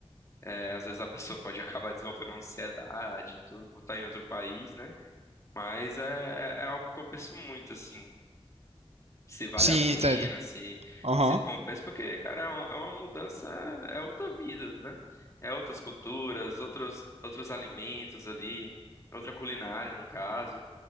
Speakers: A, on the left; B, on the right.
A: é, às vezes a pessoa pode acabar desenvolvendo ansiedade e tudo por estar em outro país, né? Mas é, é, é algo que eu penso muito, assim, se vale
B: Sim,
A: a pena,
B: entendo.
A: se,
B: Aham.
A: se compensa, porque, cara, é uma, é uma mudança, é outra vida, né? É outras culturas, outros, outros alimentos ali, outra culinária, no caso.